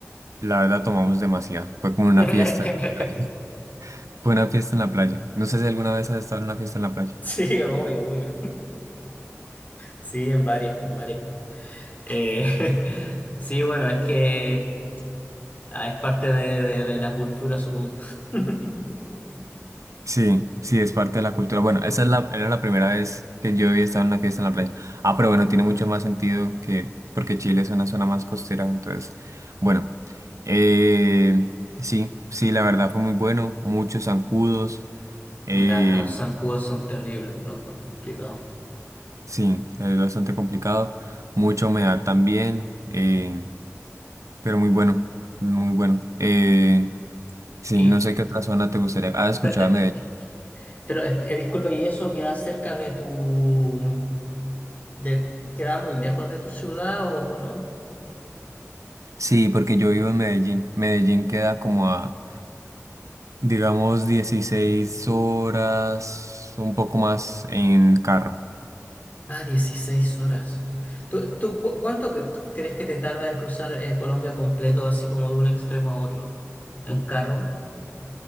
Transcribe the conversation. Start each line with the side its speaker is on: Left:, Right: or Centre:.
Right: la verdad tomamos demasiado. Fue como una
Left: no.
Right: fiesta, <laughs>
Left: <laughs>
Right: fue una fiesta en la playa. No sé si alguna vez has estado en una fiesta en la playa.
Left: Sí, obvio, obvio. Sí, en varias, en varias. Eh, <laughs> sí, bueno, es que ah, es parte de, de- de la cultura, supongo. <laughs>
Right: Sí, sí, es parte de la cultura. Bueno, esa es la, era la primera vez que yo había estado en una fiesta en la playa. Ah, pero bueno, tiene mucho más sentido que, porque Chile es una zona más costera, entonces, bueno, eh, sí, sí, la verdad fue muy bueno, muchos zancudos. eh,
Left: Ya, los zancudos son terribles, los complicados.
Right: Sí, es bastante complicado, mucha humedad también, eh, pero muy bueno, muy bueno. Eh, sí,
Left: Y,
Right: no sé qué otra zona te gustaría. Ah, escuchaba
Left: pero,
Right: Medellín.
Left: eh, pero, eh, disculpa, ¿y eso queda cerca de tu... de- queda muy lejos de tu ciudad o, o no?
Right: Sí, porque yo vivo en Medellín. Medellín queda como a, digamos, 16 horas, un poco más en carro.
Left: Ah, 16 horas. ¿Tú, tú cu- cuánto cre- crees que te tarda en cruzar eh, Colombia completo, así como de un extremo a otro, en carro?